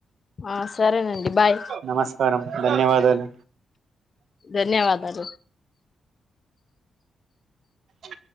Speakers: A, on the left; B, on the right.
A: ఆ సరేనండి బాయ్
B: నమస్కారం ధన్యవాదాలు
A: ధన్యవాదాలు
B: అ